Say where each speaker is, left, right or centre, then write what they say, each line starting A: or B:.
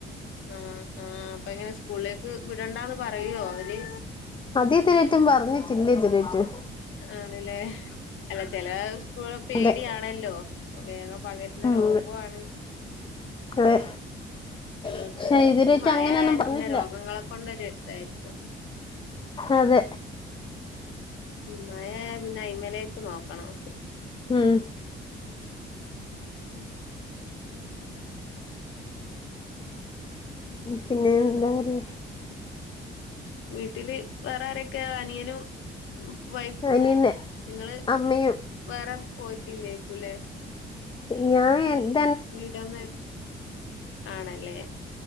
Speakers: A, on the left (about 80°); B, on the left (about 25°).
A: ആഹ് ആഹ് അപ്പം എങ്ങനെയാ സ്കൂളിലേക്ക് വിടണ്ടാന്ന് പറയുവോ അവര്
B: അത് ഇതു വരെ ആയിട്ടും പറഞ്ഞിട്ടില്ല ഇതിലേറ്റും
A: ആണല്ലേ അല്ല ചെല സ്കൂളിന് പേടിയാണല്ലോ
B: അതെ
A: വേഗം പകര പകരുന്ന
B: ഉം
A: രോഗാണ്
B: അതെ
A: എല്ലോടത്തും
B: പക്ഷെ ഇതുവരെയായിട്ട്
A: മഴ
B: അങ്ങനെയൊന്നും
A: ആയാല്
B: പറഞ്ഞിട്ടില്ല
A: പിന്നെ രോഗങ്ങളെ കൊണ്ടൊര് ഇതായിരിക്കും
B: അതെ
A: മഴ ആയാ പിന്നെ അയിമ്മേലേക്ക് നോക്കണം
B: ഉം
A: ഉം
B: പിന്നെ എന്താ പറയാ
A: വീട്ടില് വേറെ ആരൊക്കെയാ അനിയനും വൈഫും
B: അനിയന്റെ
A: നിങ്ങള്
B: അമ്മയും
A: വേറെ പോയിട്ടില്ലേക്കൂല്ലേ
B: ഞാനേ
A: വീടന്ന് ആണല്ലേ